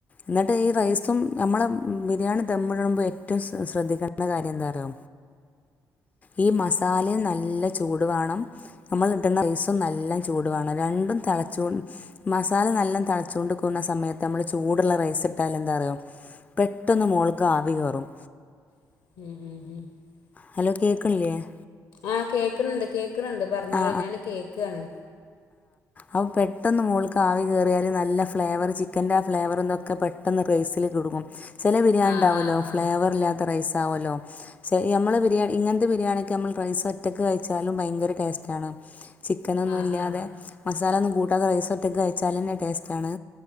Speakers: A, on the left; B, on the left.
A: ന്നിട്ട് ഈ റൈസും നമ്മെളെ ബിരിയാണി ദംടുമ്പേ റ്റവും ശ്രദ്ധിക്കണ്ട കാര്യം ന്താ അറിയോ ഈ മസാലയും ന നല്ല ചൂട് വാണം. നമ്മളിട്ന്ന റൈസും നല്ല ചൂട് വേണം. രണ്ടും തെളച്ചോ മസാല നല്ലോം തെളച്ചോണ്ട്ക്ക്ന്ന സമയത്ത് നമ്മ ചൂട്ള്ള റൈസ് ഇട്ട എന്താറിയൊ. പെട്ടന്ന് മോൾക്ക് ആവി കേറും.
B: <inaudible>
A: ഹലോ കേക്കണില്ലേ ചോദ്യചിഹ്നം
B: ആ കേക്ക്ണണ്ട് കേക്കണണ്ട് പറഞ്ഞോളി
A: ആ
B: ഞാൻ കേക്ക്ആണ്.
A: അവു പെട്ടന്ന് മോൾക്ക് ആവി കേ റിയാൽ നല്ല ഫ്ലേവർ ചിക്കന്റെ ആ ഫ്ലാവെർതൊക്കെ പെട്ടെന്ന് റൈസിൽ <unintelligible> ചെല ബിരിയാണ്
B: ആഹ്
A: ഇണ്ടാവുമല്ലോ.
B: ആഹ് ആഹ്
A: ഫ്ലേവർ ഇല്ലാത്ത റൈസ ആവുല്ലോ ച നമ്മൾ ബിരിയാണി ഇങ്ങനത്തെ ബിരിയാണി നമ്മൾ റൈസ് ഒറ്റക്ക് കഴിച്ചാലും ഭയങ്കര ടേസ്റ്റ്ണ് ചിക്കനൊന്നുംല്ലാതെ.
B: ആഹ് ആഹ് ആഹ്
A: മസാലെന്നും കൂട്ടാതെ റൈസോറ്റക്കു കയിച്ചാലെന്നെ ടെയ്സ്റ്റാണ്